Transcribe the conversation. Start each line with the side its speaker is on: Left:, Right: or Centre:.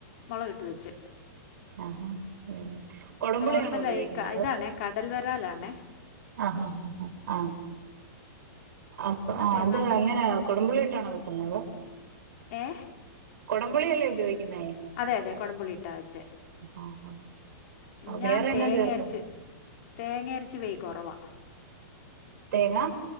Left: മൊളക് ഇട്ട് വെച്ച്
Right: ആഹ് ഹാ ഉം കൊടംപുളിയാണോ
Left: നോർമലായി
Right: ഉപയോഗിക്കുന്നത്
Left: ക
Right: അതോ
Left: ഇതാണേ കടൽ വരാല് ആണേ
Right: ആഹ് ഹാ ഹാ ഹാ ആണ് <unintelligible> പ്പ്
Left: മറ്റേ
Right: ആഹ് അത്
Left: നം
Right: അങ്ങനാ <unintelligible> കൊടംമ്പുളി ഇട്ടാണോ വെക്ക്ന്നേ അതോ
Left: ഏ
Right: കൊടംമ്പുളി അല്ലെ ഉപയോയ്ക്ക്‌ന്നേ
Left: അതെ അതെ കൊടംമ്പുളി ഇട്ടാ വെച്ചെ
Right: ആഹ് ആഹ്
Left: ഞാൻ
Right: വേറെ എന്നാ
Left: തേങ്ങ
Right: ചേർക്കും
Left: അരച്ച് തേങ്ങ അരച്ച് വെയ് കൊറവാ
Right: തേങ്ങാ